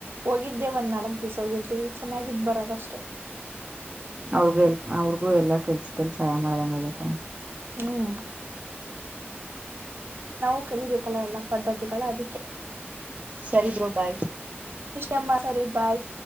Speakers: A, on the right; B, on the right.
A: ಹೋಗಿದ್ದೆ ಒಂದ್ ನಾಲ್ಕ್ ದಿವ್ಸ ಹೋಗಿರ್ತೀವಿ ಚೆನ್ನಾಗಿದ್ ಬರದಷ್ಟೆ
B: ಅವ್ರಗ ಎಲ್ ಅವ್ರಿಗೂ ಎಲ್ಲಾ ಕೆಲ್ಸಲ್ ಸಹಾಯ ಮಾಡ್ದಂಗ ಆತ್ತೆ
A: ಹ್ಮ್ ನಾವು ಕಲಿಬೇಕಲ್ಲ ಎಲ್ಲಾ ಪದ್ಧತಿಗಳು ಅದಕ್ಕೆ
B: ಸರಿ ಬ್ರೋ ಬಾಯ್
A: ವಿಷಯ ಸರಿ ಬಾಯ್